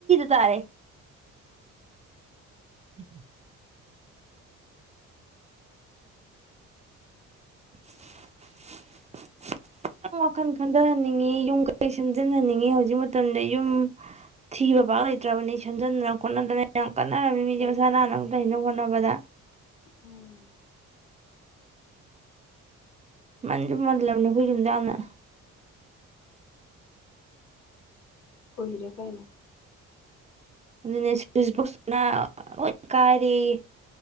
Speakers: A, on the right; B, on the left.
A: ꯇꯔꯦ <inaudible> <unintelligible> ꯈꯤꯇꯪ ꯋꯥꯈꯜ ꯈꯟꯊꯍꯟꯅꯤꯡꯉꯤ ꯌꯨꯝ ꯀꯩꯩ ꯁꯦꯝꯖꯤꯟꯍꯟꯅꯤꯡꯉꯤ ꯍꯧꯖꯤꯛ ꯃꯇꯝꯗ ꯌꯨꯝ ꯊꯤꯕ ꯄꯥꯛ ꯂꯩꯇ꯭ꯔꯕꯅꯤ ꯁꯦꯝꯖꯤꯟꯗꯅ ꯈꯣꯠꯅꯗꯅ ꯌꯥꯝ ꯀꯟꯅꯔꯃꯤ
B: ꯀꯥꯏꯗꯩ
A: ꯃꯤꯖꯦ ꯃꯁꯥ ꯅꯥꯟꯅꯕ ꯂꯩꯅꯕ ꯍꯣꯠꯅꯕ ꯕꯗ
B: ꯎꯝ
A: ꯃꯟꯖꯨ ꯃꯜꯂꯕꯅꯤ ꯑꯈꫭꯏ ꯌꯨꯝꯖꯦ ꯌꯝꯅ
B: ꯀꯨꯏꯔꯦ ꯀꯩꯅꫭ
A: ꯑꯗꯨꯅꯦ <unintelligible> ꯀꯥꯏꯔꯦꯌꯦ